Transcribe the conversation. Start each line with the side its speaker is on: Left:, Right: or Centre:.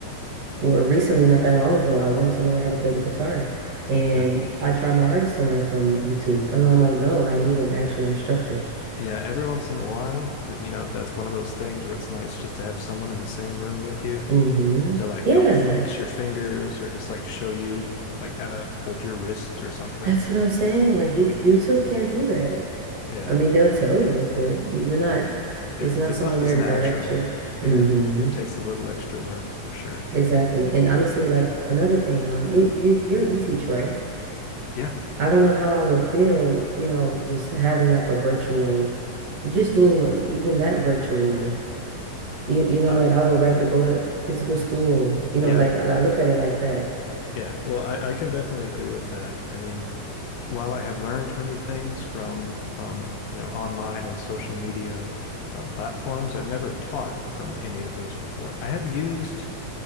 Right: Or recently, not that long ago, I wanted to learn how to play the guitar and
Left: Yeah.
Right: I tried my hardest to learn from YouTube. And I'm like, no, I need an actual instructor.
Left: Yeah. Every once in a while, th- you know, that's one of those things where it's nice just to have someone in the same room with you
Right: hmm
Left: to like
Right: Yeah,
Left: help fix your fingers or just like show you like how to hold your wrist or something.
Right: that's what I'm saying. Like you, c- YouTube can't do that.
Left: Yeah.
Right: I mean, they'll tell you, but y- you're not, it's
Left: Yeah,
Right: not
Left: it's
Right: someone
Left: not
Right: there
Left: as
Right: to
Left: natural.
Right: direct you.
Left: Yeah,
Right: hmm
Left: it takes a little extra work for sure.
Right: Exactly. And honestly, like another thing, um, you you you you teach, right?
Left: Yeah.
Right: I don't know how I would feel, you know, just having like a virtual, just doing even that virtually. You, you know,
Left: Uh,
Right: like I would rather go to physical school. You know,
Left: yeah.
Right: like I, I look at it like that.
Left: Yeah. Well, I, I can definitely agree with that. I mean, while I have learned many things from um, you know, online and social media uh, platforms, I've never taught from any of those before. I have used,